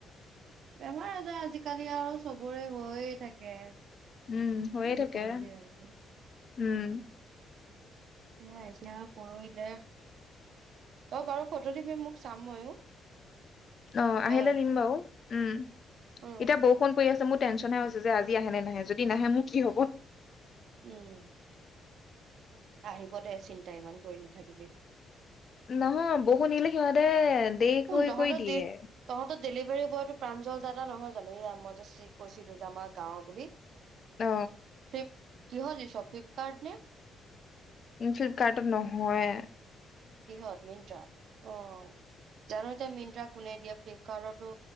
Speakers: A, on the right (about 70°); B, on the left (about 45°).
A: বেমাৰ-আজাৰ আজিকালি আৰু চবৰে হৈয়ে থাকে।
B: উম, হৈয়ে
A: কিনো
B: থাকে।
A: কৰিবি আৰু
B: উম।
A: এ আহ পৰহিলে অ বাৰু ফটো দিবি মোক চাম ময়ো।
B: অ
A: হয়
B: আহিলে দিম বাৰু উম এতিয়া
A: উম
B: বৰষুণ পৰি আছে মোৰ। টেচন হৈছে যে আজি আহে নে নাহে যদি নাহে মোৰ কি হ'ব।
A: উম। আহিব দে চিন্তা ইমান কৰি নাথাকিবি।
B: নহয় বহু নিলে সিহঁতে দেৰি
A: কোন
B: কৰি
A: <unintelligible>
B: কৰি
A: ডেলিভাৰী
B: দিয়ে
A: বয়ো প্ৰাঞ্জল দাদা নহয় জানো এ মই যেছিলো যে আমাৰ গাঁৱৰ বুলি।
B: আহ।
A: ফ্লিপ কিহত দিছ ফ্লিপকাৰ্ট নে।
B: ফিলপ কাৰ্টট নহয়য়ে।
A: কিহত মিণ্ট্ৰা। অ' জানো এতিয়া মিণ্ট্ৰা কোনে দিয়ে, ফ্লিপকাৰ্টৰতো